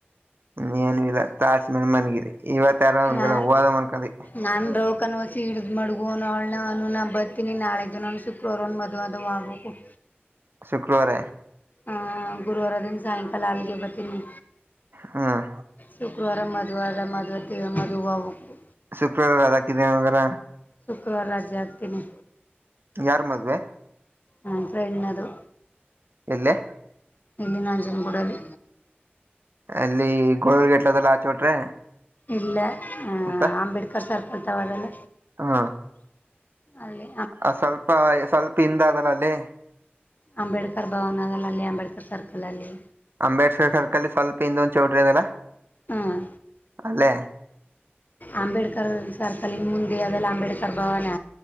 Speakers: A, on the right; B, on the left.
A: ್ಏನನು ಇಲ್ಲ ತಾಸ ಮೇಲೆ ಮನ್ಗಿದೆ ಇವತ್ತ ಯಾರ ಒನ್ಡೆ
B: ನಾ
A: ಹೋದ ಮನ್ಕೊಂಡಿ
B: ನಾನು ರೌಕನೋಸಿ ಹಿಡಿದ್ ಮಡಗು ಅವ ಅವಳನ ಅವನು ನು ಬರ್ತೀನಿ ನಾಳಿದ್ದದು ನು ಸು ಕ್ಲರೋನ್ ಬದುವಾದ ಆಗಬೇಕಕ
A: ಶುಕ್ರವಾರ
B: ಹ ಗುರುವಾರ ದಿನ ಸಾಯಂಕಾಲ ಅಲ್ಲಿಗೆ ಬತನಿ
A: ಹ್ಮ್
B: ಶುಕ್ರವಾರ ಮದ್ುವಾರ ಮದುವೆ ಮದುವಬೇಕು
A: ಶುಕ್ರವಾರ ರಜ ಆಕ್ತಿಯ ಅಂಗಾರ
B: ಶುಕ್ರವಾರ ರಜೆ ಹಾಗ್ತೀನಿ
A: ಯಾರ್ ಮದ್ವೆ
B: ನನ್ ಫ್ರೆಂಡನದು
A: ಎಲ್ಲೇ
B: ಇಲ್ಲಿ ನಂಜನಗೂಡಲಿ
A: ಅಲ್ಲಿ ಗೋಳೂರ್ ಗೇಟ್ಲದೆಲ್ಲ ಆಚೋಟ್ರೆ
B: ಇಲ್ಲ ಹ
A: ಮತ್ತ
B: ಅಂಬೇಡ್ಕರ್ ಸರ್ಕಲ್ ತವಾದಲ್ಲ
A: ಹಾ
B: ಅಲ್ಲೆ
A: ಅ ಸ್ವಲ್ಪ ಸ್ವಲ್ಪ ಹಿಂದ ಅದಲ್ಲ ಅಲ್ಲೆ
B: ಅಂಬೇಡ್ಕರ್ ಭವನ ಅಲ್ಲಿ ಅಂಬೇಡ್ಕರ್ ಸರ್ಕಲಲ್ಲಿ
A: ಅಂಬೇಡ್ಕರ್ ಸರ್ಕಲ್ಲಿ ಸ್ವಲ್ಪ ಹಿಂದೊಂದು ಚೌಟ್ರಿ ಅದಲ್ಲ
B: ಹಾಂ
A: ಅಲ್ಲೇ
B: ಅಂಬೇಡ್ಕರ್ ಸರ್ಕಲಿನ ಮುಂದೆ ಅದೆಲ್ಲ ಅಂಬೇಡ್ಕರ್ ಭವನ